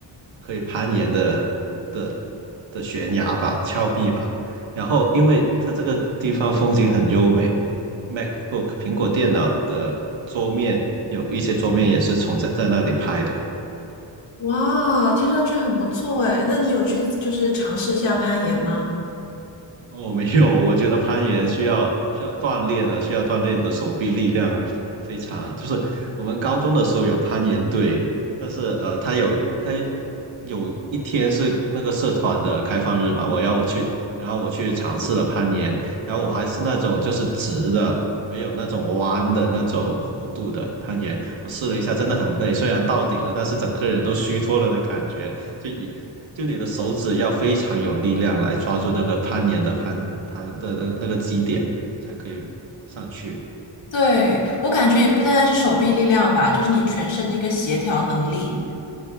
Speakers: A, on the right; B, on the left.
A: 可以攀岩的的的悬崖吧、峭壁吧。然后因为它这个地方风景很优美，MacBook 苹果电脑的桌面有一些桌面也是从在在那里拍的。
B: 哇，听上去很不错诶，那你有去就是尝试一下攀岩吗？
A: 哦，没有，我觉得攀岩需要需要锻炼的，需要锻炼你的手臂力量非常。就是我们高中的时候有攀岩队，但是呃，他有他有一天是那个社团的开放日嘛，我要我去，然后我去尝试了攀岩，然后我还是那种就是直的，没有那种弯的那种弧度的攀岩，我试了一下，真的很累，虽然到顶了，但是整个人都虚脱了的感觉，就一就你的手指要非常有力量来抓住那个攀岩的攀攀的那那个基点，才可以上去。
B: 对，我感觉也不单单是手臂力量吧，就是你全身的一个协调能力。